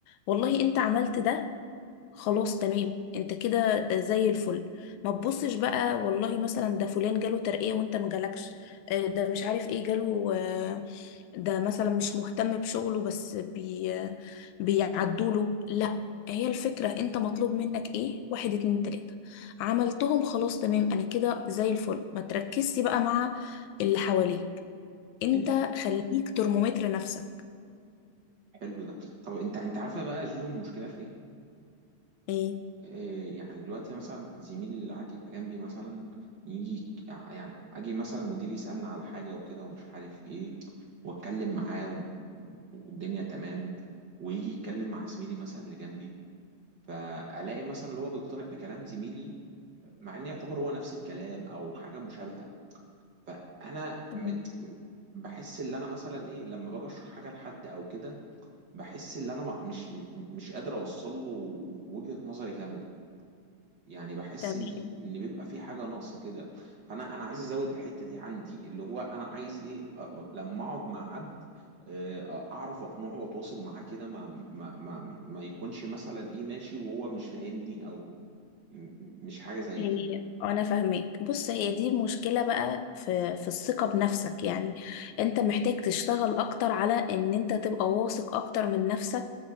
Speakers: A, on the left; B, on the right.
A: والله انت عملت ده خلاص تمام انت كده زي الفل ما تبصش بقى والله مثلا ده فلان جاله ترقية وانت ما جالكش آه، ده مش عارف ايه جاله آه، ده مثلا مش مهتم بشغله بس بي بيعدوله لا هي الفكرة انت مطلوب منك ايه واحد اتنين تلاتة عملتهم خلاص تمام انا كده زي الفل ما تركزش بقى مع اللي حواليك انت
B: إن-
A: خليك ترمومتر نفسك
B: حلو ده طب انت انت عارفه بقى زوزو المشكله في ايه
A: ايه
B: آه يعني دلوقتي مثلا زميلي اللي قاعد يبقى جنبي مثلا يجي يك- يعني اجي مثلا مديري يسالنا على حاجه وكده ومش عارف ايه واتكلم معاه و- والدنيا تمام ويجي يتكلم مع زميلي مثلا اللي جنبي فالاقي مثلا اللي هو بيقتنع بكلام زميلي مع ان يعتبر هو نفس الكلام او حاجه مشابهه فانا
A: تمام
B: م... م- بحس ان انا مثلا ايه لما باجي اشرح حاجه لحد او كده بحس ان انا مع- مش م- مش قادر اوصل له وجهه نظري كامله يعني بحس
A: تمام
B: ان ان بيبقى في حاجه ناقصه كده فانا انا عايز ازود الحته دي عندي اللي هو انا عايز ايه أ- لما اقعد مع حد آه، اعرف اقنعه واتواصل معاه كده ما ما ما ما يكونش مثلا ايه ماشي وهو مش فاهمني او م- مش حاجه زي
A: هي
B: كده
A: انا فاهمك بص هي دي مشكلة بقى في في الثقة بنفسك يعني انت محتاج تشتغل اكتر على ان انت تبقى واثق اكتر من نفسك